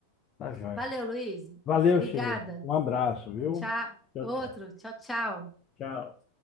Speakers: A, on the left; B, in the centre.
A: Tá joia.
B: Valeu, Luiz.
A: Valeu,
B: Obrigada.
A: Sheila. Um abraço, viu?
B: Tchau.
A: Tchau,
B: Outro.
A: tchau.
B: Tchau, tchau.
A: Tchau.